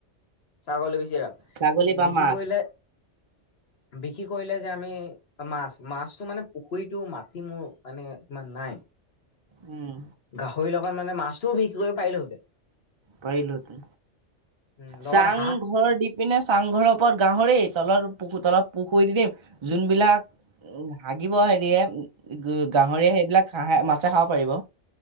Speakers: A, on the left; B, on the right.
A: ছাগলী বেছি লাভ,
B: ছাগলী বা
A: বিক্ৰী
B: মাছ
A: কৰিলে, বিক্ৰী কৰিলে যে আমি মাছ মাছটো মানে পুখুৰীটো মাটি মোৰ মানে ইমান নাই।
B: উম।
A: গাহৰিৰ লগত মানে মাছটোও বিক্ৰী কৰিব পাৰিলোহতে।
B: পাৰিলো হেতে
A: উম লগত
B: চাংঘৰ
A: হাঁহ
B: দি পিনে চাংঘৰৰ ওপৰত গাহৰি। তলত পুুৰ তলত পুখুৰী দিম যোনবিলাক উ হাগিব হেৰিয়ে গাহৰিয়ে সেইবিলাক মাছে খাব পাৰিব।